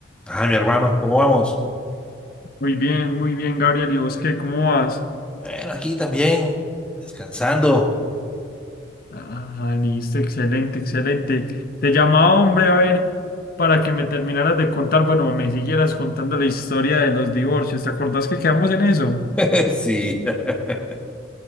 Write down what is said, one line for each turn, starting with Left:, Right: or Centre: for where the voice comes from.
Centre: Ah, mi hermano, ¿cómo vamos?
Left: Muy bien, muy bien, Gabriel. ¿Y vos qué? ¿Cómo vas?
Centre: Bueno, aquí también, descansando.
Left: Ah, listo, excelente, excelente. Te llamaba, hombre, a ver, para que me terminaras de contar, bueno, me siguieras contando la historia de los divorcios. ¿Te acordás que quedamos en eso?
Centre: <laughs> Sí. <laughs>